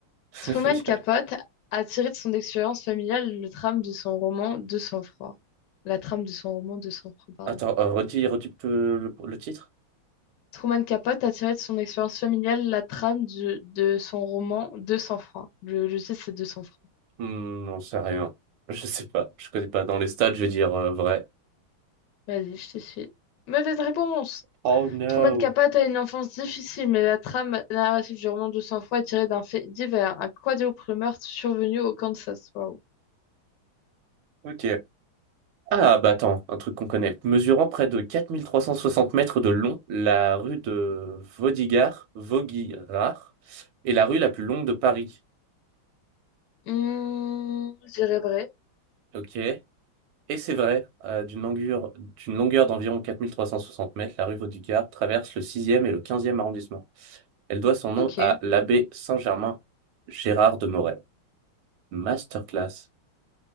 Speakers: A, on the left (about 70°); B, on the right (about 75°).
A: Truman
B: <laughs>
A: Capote a tiré de son expérience familiale le trame de son roman De sang-froid. La trame de son roman De sang-froid,
B: Attends, euh, redis, redis le, le- le titre?
A: Truman Capote a tiré de son expérience familiale la trame du- de son roman 200 francs. Je, je sais, c'est 200 francs.
B: Hmm, j'en sais rien. Je sais pas, je connais pas. Dans les stades, je vais dire euh, vrai.
A: Vas-y, je te suis. Mauvaise réponse!
B: Oh no.
A: Truman Capote a une enfance difficile, mais la trame narrative du roman 200 francs est tirée d'un fait divers, un quadruple meurtre survenu au Kansas. Waouh.
B: Ok. Ah bah attends, un truc qu'on connaît. Mesurant près de 4360 mètres de long, la rue de Vaudigard, Vaugirard est la rue la plus longue de Paris.
A: Hmm, je dirais vrai.
B: Ok. Et c'est vrai, euh, d'une longueur, d'une longueur d'environ 4360 mètres, la rue Vaudricard traverse le sixième et le quinzième arrondissement. Elle doit son nom
A: Ok.
B: à l'abbé Saint-Germain Gérard de Moret. Masterclass.